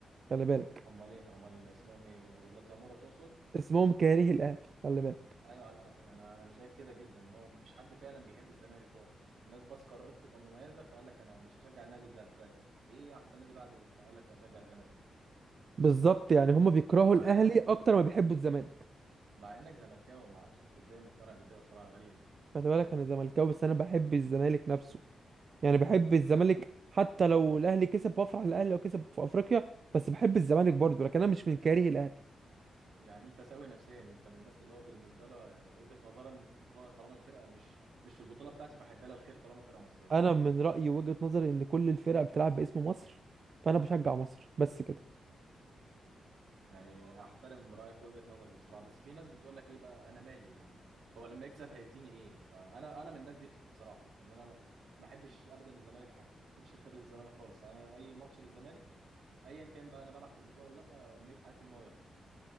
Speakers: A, on the right; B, on the right.
A: خلي بالك
B: امال ايه امال اسمهم ايه ولاد زموره تقصد
A: اسمهم كاره الاهلي خلي بالك
B: ايوه على- يعني انا شايف كده جدا ان هو مفيش حد فعلا بيحب الزمالك هو الناس بس قررت تبقى مميزه فقال لك انا مش هشجع النادي ده فايه احسن نادي بعده فقال لك هشجع الزمالك
A: بالظبط يعني هم بيكرهوا
B: مع
A: الاهلي
B: انك
A: اكتر ما بيحبوا الزمالك
B: مع انك زملكاوي ما اعرفش انت ازاي مقتنع بكده بصراحه غريبه
A: خلي بالك انا زملكاوي بس انا بحب الزمالك نفسه يعني بحب الزمالك حتى لو الاهلي كسب بفرح للاهلي لو كسب في افريقيا بس بحب الزمالك برضه لكن انا مش من كاره الاهلي
B: يعني انت سوي نفسيا انت من الناس اللي هو بالنسبه له وجهه نظرا ان هو طالما الفرقه مش مش في البطوله بتاعتي فاحب لها الخير طالما فرقه مصريه
A: انا من رايي وجهة نظري ان كل الفرق بتلعب باسم مصر فانا بشجع مصر بس كده
B: يعني احترم رايك وجهة نظرك بصراحه بس في ناس بتقول لك ايه بقى انا مالي يعني هو لما يكسب هيديني ايه فانا انا من الناس دي بصراحه يعني انا ما احبش ابدا الزمالك ما احبش الخير للزمالك خالص يعني انا اي ماتش للزمالك ايا كان بقى انا بلعب في البطوله ولا لا امنيه حياتي ان هو يخسر